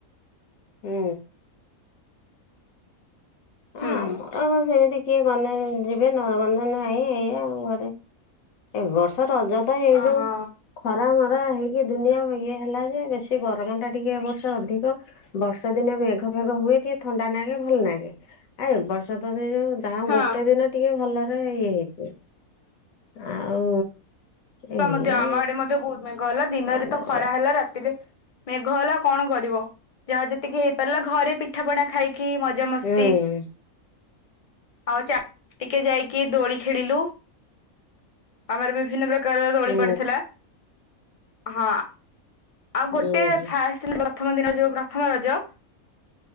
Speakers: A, on the left; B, on the left.
A: ହୁଁ।
B: ହୁଁ
A: ଆମର ଆ ସେମିତି କିଏ ଗନେ ଯିବେ ନ ଗନେ ନାଁଇ ଏୟା ଆଉ ଘରେ ଏ ବର୍ଷ ରଜ ତ ଏଇ
B: ଓହୋ
A: ଯୋଉ ଖରା ପା ହେଇକି ଦୁନିଆ ଇଏ ହେଲା ଯେ ବେଶୀ ଗରମଟା ଟିକେ ଏବ ବର୍ଷ ଅଧିକ ବର୍ଷା ଦିନେ ମେଘ ମେଘ ହୁଏ ଟିକେ ଥଣ୍ଡା ନାଗେ ଭଲ ନାଗେ, ଆ ଏବର୍ଷ ତ ସେଯୋଉ ଯାହା
B: ହଁ
A: ଗୋଟେ ଦିନ ଟିକେ ଭଲରେ ଇଏ ହେଇଛି, ଆଉ
B: <unintelligible>
A: ଏଇଆ
B: ମଧ୍ୟ ଆମ ଆଡେ ମଧ୍ୟ ବହୁତ ମେଘ ହେଲା ଦିନରେ
A: ଆଉ
B: ତ ଖରା ହେଲା ରାତିରେ ମେଘ ହେଲା କଣ କରିବ ଯାହା ଯେତିକି ହେଇପାରିଲା ଘରେ ପିଠା ପଣା ଖାଇ କି ମଜା ମସ୍ତି।
A: ହୁଁ
B: ଆଉ ଚା ଟିକେ ଯାଇକି ଦୋଳି ଖେଳିଲୁ। ଆମର ବିଭିନ୍ନ ପ୍ରକାରର ଦୋଳି
A: ହୁଁ
B: ପଡିଥିଲା ହଁ ଆଉ
A: ହୁଁ
B: ଗୋଟେ ଫାଷ୍ଟ <inaudible> ପ୍ରଥମ ଦିନ ଯୋଉ ପ୍ରଥମ ରଜ